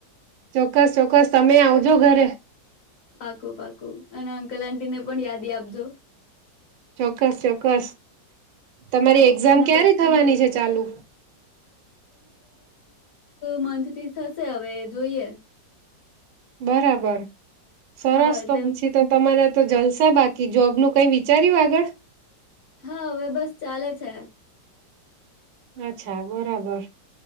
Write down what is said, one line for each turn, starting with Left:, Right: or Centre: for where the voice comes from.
Right: ચોક્કસ ચોક્કસ તમે આવજો ઘરે.
Left: પાકું પાકું અને અંકલ આટીને પણ યાદી આપજો.
Right: ચોક્કસ ચોક્કસ, તમારી
Left: હો
Right: એક્ઝામ
Left: અને
Right: ક્યારે
Left: પ
Right: થવાની છે ચાલુ?
Left: મંથ થી થશે હવે જોઈએ.
Right: બરાબર. સરસ
Left: હા એટલે
Right: તો પછી તો તમારે તો જલસા બાગ કે જોબ નું કઈ વિચાર્યું આગળ?
Left: હા હવે બસ ચાલે છે.
Right: અચ્છા બરાબર.